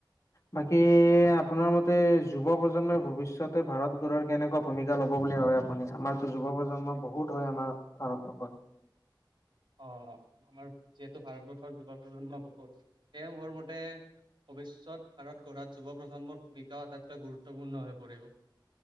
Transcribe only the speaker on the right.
<inaudible> অ আমাৰ যিহেতু ভাৰতবৰ্ষৰ যুৱ প্ৰজন্ম বহুত, সেয়ে মোৰ মতে ভৱিষ্যত ভাৰত গঢ়াত যুৱ প্ৰজন্মৰ ভূমিকাও এটা খুবকে গুৰুত্বপূৰ্ণ হৈ পৰিব,